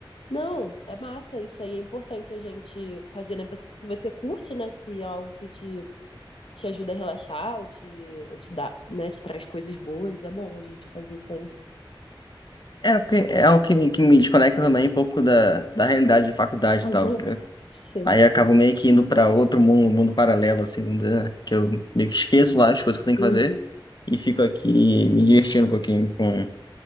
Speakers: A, on the left (about 85°); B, on the left (about 55°).
A: Não, é massa isso aí, é importante a gente fazer, né? Você- Se você curte, né, se é algo que te, te ajuda a relaxar ou te, ou te dá, né, te traz coisas boas, é bom a gente fazer sempre.
B: É, porque é o que, que me desconecta também um pouco da, da realidade da faculdade
A: Uhum.
B: e tal. que-
A: <laughs> Sim.
B: Aí eu acabo meio que indo para outro mundo, um mundo paralelo, assim, né, que eu meio que esqueço lá as coisas que eu tenho que
A: Uhum.
B: fazer e fico aqui me divertindo um pouquinho com,